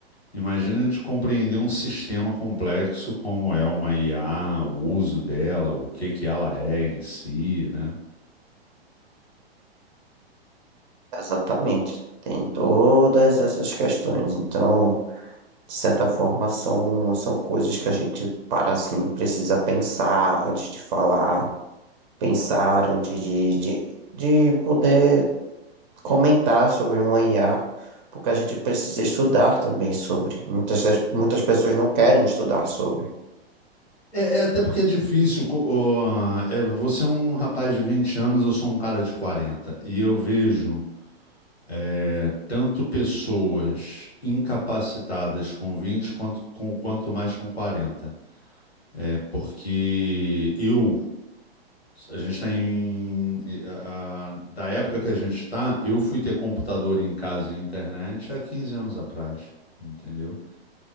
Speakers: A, on the left; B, on the right.
A: Imagina de compreender um sistema complexo como é uma IA, o uso dela, o que que ela é em si, né?
B: Exatamente. Tem todas essas questões. Então. de certa forma, são, são coisas que a gente para assim, precisa pensar antes de falar, pensar antes de, de, de poder comentar sobre um IA, porque a gente precisa estudar também sobre. Muitas, das- muitas pessoas não querem estudar sobre,
A: É, é até porque é difícil. co- ó, é, você é um rapaz de 20 anos, eu sou um cara de quarenta E eu vejo é, tanto pessoas incapacitadas com 20 quanto, com, quanto mais com 40. É porque eu. A gente está em. a- a- da época que a gente está, eu fui ter computador em casa e internet há 15 anos atrás. Entendeu?